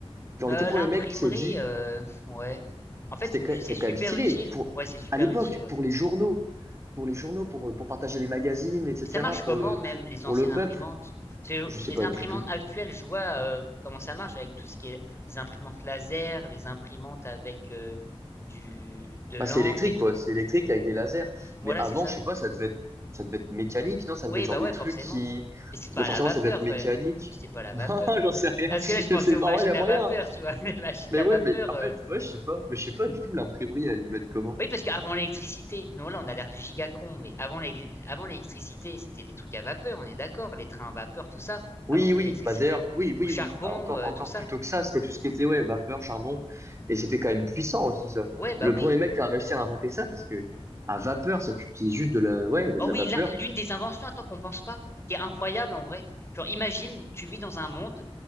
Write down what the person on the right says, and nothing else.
Genre
le tout premier
mec qui s'est dit,
c'était quand-
c'est
quand même stylé
pour
à l'époque
pour les journaux, pour les journaux pour euh, pour partager les magazines, etc.
pour
le
pour
le
peuple.
Je sais
pas
du tout.
Bah,
c'est électrique,
quoi. C'est électrique avec des lasers.
Mais avant,
je sais pas, ça devait être, ça devait être mécanique, non? Ça devait
être genre
des
trucs
qui.
Bah,
forcément,
ça devait être mécanique.
<laughs>
Non,
j'en sais rien.
Je
sais
pas.
Ouais, il y a
moyen.
hein.
Mais
ouais,
mais en
fait, ouais, je sais pas. Mais je sais pas du tout, l'imprimerie, elle devait être comment?
Oui,
oui.
Bah, d'ailleurs, oui,
oui,
oui. Encore,
encore
plus tôt que ça, c'était tout ce qui était, ouais, vapeur, charbon. Et c'était quand même puissant aussi, ça.
Le
premier mec qui a réussi à inventer ça, parce que à vapeur, ça utilisait juste de la, ouais, de
la
vapeur.